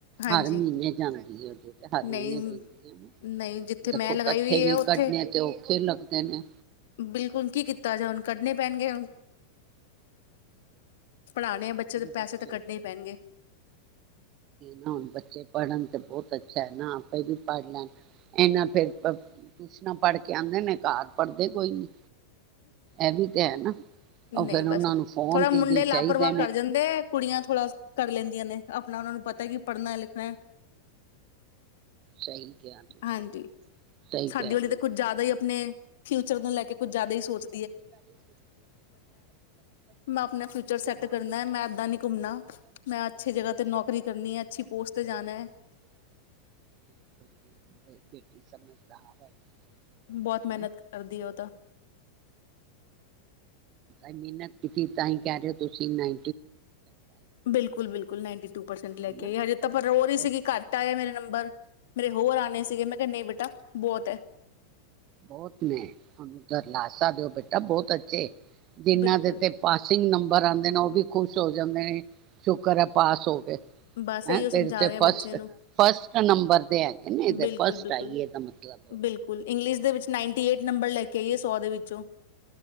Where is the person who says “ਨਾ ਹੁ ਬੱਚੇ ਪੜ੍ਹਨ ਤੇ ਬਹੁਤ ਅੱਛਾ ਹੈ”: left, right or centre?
Right